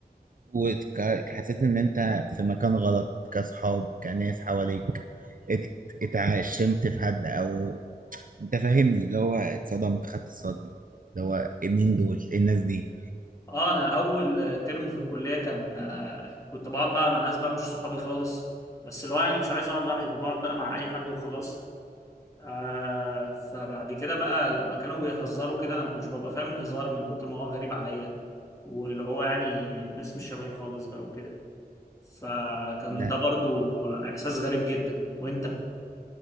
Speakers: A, on the right; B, on the left.
A: وحسيت ان انت في مكان غلط كاصحاب كناس حواليك ات- اتعشمت في حد او انت فاهمني اللي هو اتصدمت خدت الصدمه اللي هو إيه، مين دول ايه الناس دي
B: اه انا اول ترم في الكلية كان آه، كنت بقعد بقى مع ناس بقى مش صحابي خالص بس اللي هو يعني مش عايز اقعد لوحدي فبقعد بقى مع اي حد وخلاص آه فبعد كده بقى لما كانوا بيهزروا كده انا ما كنتش ببقى فاهم الهزار من كتر ما هو غريب عليا واللي هو يعني ناس مش شبهي خالص بقى وكده فكان
A: انا
B: ده مم. برضو احساس غريب جدا وانت